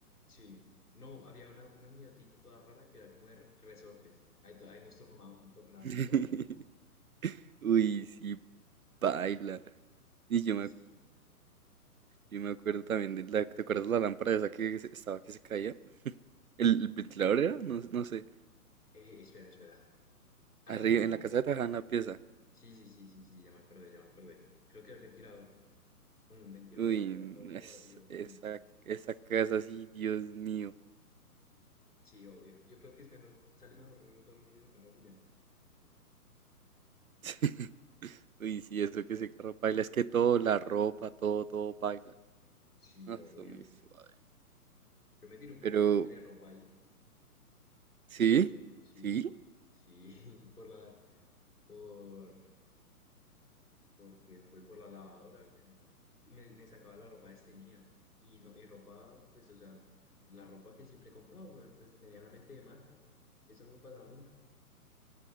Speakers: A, on the left; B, on the right.
A: Sí. No, había una, una mierdita toda rara que era como de resortes. Ahí, to- ahí nos tornaba- tornábamos
B: <laughs>
A: para dormir.
B: Uy, sí, baila. Y
A: Uy,
B: yo me,
A: sí.
B: acu- yo me acuerdo también de la, ¿te acuerdas la lámpara esa que se- estaba que se caía? ¿El, el ventilador era? No, no sé.
A: Eh, espera, espera. Ah,
B: Arriba, en la casa de Tajada, en la pieza.
A: sí, sí, sí, sí, sí, ya me acordé, ya me acordé. Creo que era el ventilador. Como un ventilador
B: Uy,
A: arriba todo podrido.
B: es,
A: Uy,
B: esa,
A: no.
B: esa casa, sí, Dios mío.
A: Sí, obvio. Yo creo que es mejor, sale mejor dormir en el carro de Julián.
B: <laughs> Uy, sí, eso que se carro paila, es que todo, la ropa, todo, todo paila.
A: Sí,
B: No,
A: obvio.
B: eso muy suave.
A: Yo me tiré un poco
B: Pero,
A: de, de ropa ahí.
B: ¿sí?
A: Sí,
B: ¿Sí?
A: sí, <laughs> por la, por porque fue por la lavadora, güey. Me, me sacaba la ropa desteñida. Y, no, y ropa, pues, o sea, la ropa que siempre he comprado, weón, pues medianamente de marca. Eso no me pasaba nunca.